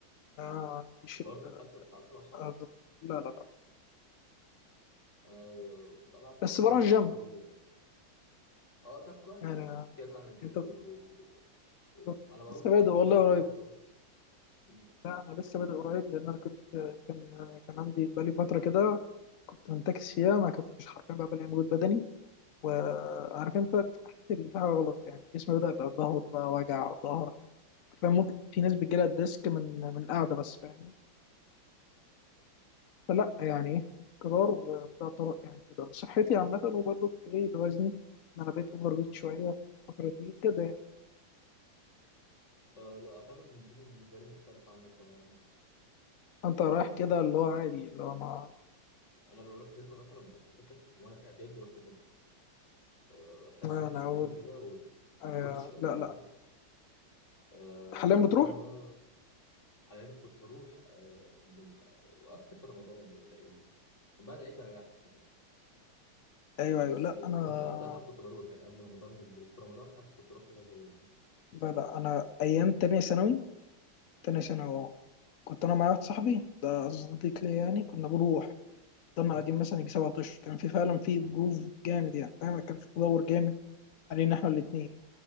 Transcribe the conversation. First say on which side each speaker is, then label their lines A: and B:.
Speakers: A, on the left; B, on the left.
A: ما عنديش
B: برضه
A: ال-
B: حتى ما بتلعبش مع اصحابك
A: آه، بالظبط لا لا لا
B: انا بلعب
A: بس
B: بس بلعب
A: بروح الجيم
B: اللي هو كل اه طب كويس
A: يعني
B: اتكلم عن الجيم
A: انت
B: و... و...
A: بالظبط
B: انا بروح
A: لسه بادئ
B: برضه
A: والله
B: بس بروح
A: قريب
B: اللي هو مم.
A: لا انا لسه بادئ قريب لان انا كنت كان كان عندي بقالي فتره كده كنت منتكس فيها ما كنتش حرفيا بقى بلاقي مجهود بدني وعارف انت حسيت ان في حاجه غلط يعني جسمي بدا يبقى ظهر بقى وجع ظهرك حرفيا ممكن في ناس بتجيلها الديسك من من القعده بس فاهمني فلا يعني ايه قرار وبدات اروح يعني كده لصحتي عامه وبرضه في ايه لوزني ان انا بقيت اوفر ويت شويه الفتره دي وكده يعني
B: آه لا اعتقد ان الجيم بالنسبه لي مختلف عنك تماما يعني
A: انت رايح
B: ان
A: كده اللي هو عادي اللي هو ما
B: انا بروح جيم مثلا فاكر وانا في اعدادي رحت جيم آه حصه
A: ما
B: حصتين
A: انا اقول
B: كده
A: آه
B: وكنتش قادر
A: لا
B: يعني
A: لا
B: آه
A: حاليا
B: بعد
A: بتروح
B: كده بقى حاليا كنت بروح آه من وقفت في رمضان والعيد من بعد العيد ما رجعتش يعني
A: ايوه ايوه
B: بس
A: لا
B: آه،
A: انا
B: كنت قبلها وكنت بروح يعني قبل رمضان وال- وفي رمضان حتى كنت رحت كذا يوم يعني.
A: لا لا انا ايام تانية ثانوي تانية
B: م-
A: ثانوي اه كنت انا مع واحد صاحبي ده صديق ليا يعني كنا بنروح فضلنا
B: م-
A: قاعدين مثلا يجي سبعة اشهر كان في فعلا في جروف جامد يعني فاهم كان في تدور جامد علينا احنا الاتنين من